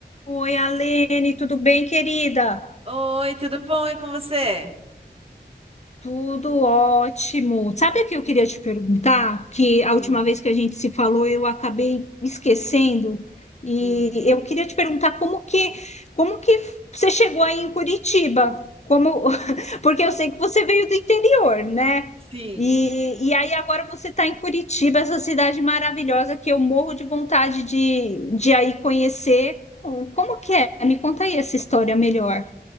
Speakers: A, on the left (about 40°); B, on the right (about 35°).
A: Oi, Alene, tudo bem, querida?
B: Oi, tudo bom? E com você?
A: Tudo ótimo. Sabe o que eu queria te perguntar? Que a última
B: Hum,
A: vez que a gente se falou, eu acabei esquecendo. E
B: hum.
A: eu queria te perguntar como que, como que você chegou aí em Curitiba? Como, <laughs> porque eu sei que você veio do interior, né?
B: Sim.
A: E, e aí agora você está em Curitiba, essa cidade maravilhosa que eu morro de vontade de, de aí conhecer. Como que é? Me conta aí essa história melhor.